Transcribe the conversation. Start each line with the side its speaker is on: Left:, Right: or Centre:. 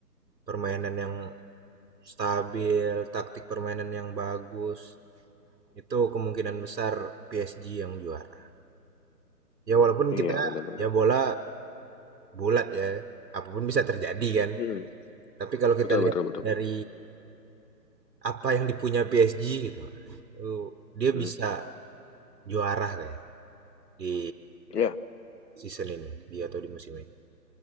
Right: permainan yang stabil, taktik permainan yang bagus. Itu kemungkinan besar PSG yang juara. Ya walaupun
Left: Iya
Right: kita
Left: benar-benar.
Right: ya bola bulat ya, apapun bisa terjadi kan.
Left: Hmm.
Right: Tapi kalau kita
Left: Betul
Right: lihat
Left: betul betul.
Right: dari apa yang dipunya PSG gitu, dia
Left: Hmm.
Right: bisa juara kayak di
Left: Ya,
Right: season ini, dia atau di musim ini.